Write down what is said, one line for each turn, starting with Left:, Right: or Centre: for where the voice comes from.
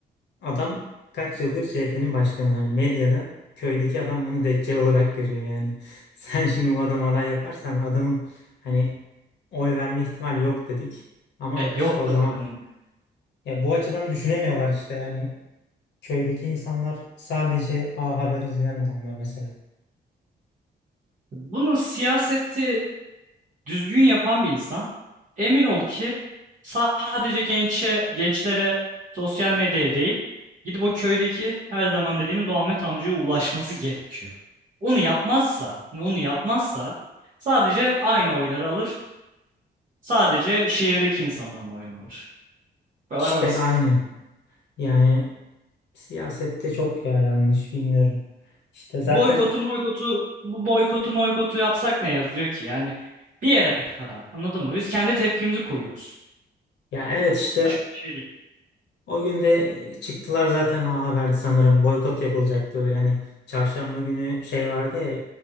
Left: Adam kaç yıldır CHP'nin başkanı. Hani medyada köydeki adam bunu deccal olarak görüyor yani. <laughs> Sen şimdi bu adamı aday yaparsan adamın hani oy verme ihtimali yok dedik. Ama
Right: E yok
Left: işte o
Right: tabii
Left: zaman
Right: canım.
Left: ya bu açıdan düşünemiyorlar işte yani köydeki insanlar sadece A Haber izleyen adamlar mesela.
Right: Bunun siyaseti düzgün yapan bir insan emin ol ki sadece gençe, gençlere sosyal medyaya değil gidip o köydeki her zaman dediğimiz o Ahmet amcaya ulaşması gerekiyor. Onu yapmazsa, onu yapmazsa sadece aynı oyları alır. Sadece şehirdeki insanların oyunu alır. Bu kadar
Left: İşte
Right: basit.
Left: aynen. Yani siyasette çok ya yanlış bilmiyorum. İşte zaten
Right: Boykotu boykotu bu boykotu boykotu yapsak ne yazıyor ki? Yani bir yere kadar. Anladın mı? Biz kendi tepkimizi koyuyoruz.
Left: ya evet işte
Right: Başka bir şey değil.
Left: O gün de e, çıktılar zaten o haberdi sanırım. Boykot yapılacaktı öyle hani çarşamba günü şey vardı ya